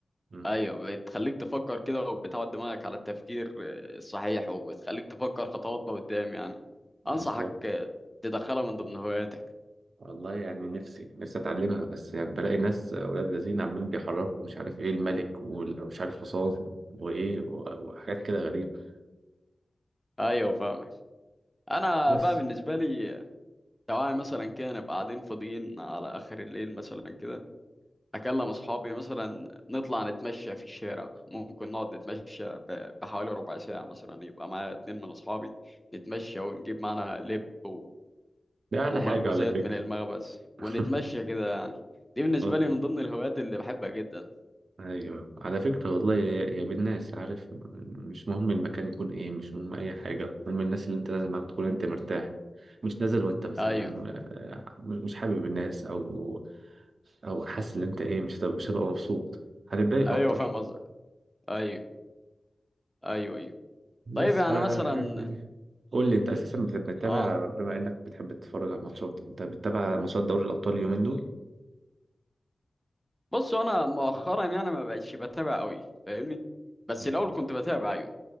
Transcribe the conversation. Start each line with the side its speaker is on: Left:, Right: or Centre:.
Right: مم،
Centre: ايوه بتخليك تفكر كده وبتعود دماغك على التفكير آه، الصحيح وبتخليك تفكر خطوات لقدام يعني
Right: بالظبط
Centre: انصحك آه، تدخلها من ضمن هواياتك
Right: والله يعني نفسي نفسي اتعلمها بس يعني بلاقي ناس اولاد لذين عمالين بيحركوا مش عارف ايه الملك ومش عارف حصان وايه و- وحاجات كده غريبة
Centre: ايوه فاهمك انا
Right: بس
Centre: بقى بالنسبه لي تعالى مثلا كده نبقى قاعدين فاضيين على آخر الليل مثلا كده أكلم أصحابي مثلا نطلع نتمشى في الشارع ممكن نقعد نتمشى ب- بحوالي ربع ساعة مثلا يبقى معايا اتنين من أصحابي نتمشى ونجيب معانا لب و...
Right: ده اعلى
Centre: ومخبوزات
Right: حاجة على فكرة
Centre: من المخبز ونتمشى
Right: <laughs>
Centre: كده يعني دي بالنسبة
Right: والله
Centre: لي من ضمن الهوايات اللي بحبها جدا
Right: ايوه على فكرة والله هي هي بالناس عارف مش مهم المكان يكون ايه مش مهم اي حاجة المهم الناس اللي انت نازل معاها تكون انت مرتاح مش نازل وانت مثلا
Centre: أيوه
Right: آه، مش حابب الناس او او حاسس ان انت ايه مش هتبقى مش هتبقى مبسوط هتتضايق
Centre: أيوه
Right: اكتر
Centre: فاهم قصدك أيوه أيوه أيوه
Right: بس
Centre: طيب يعني
Right: فحاجات
Centre: مثلا
Right: من دي قول لي انت اساسا بت- بتتابع
Centre: آه
Right: بما انك بتحب تتفرج على الماتشات انت بتتابع ماتشات دوري الابطال اليومين دول
Centre: بص أنا مؤخرا يعني ما بقتش بتابع قوي فاهمني بس
Right: مم.
Centre: الأول كنت بتابع أيوه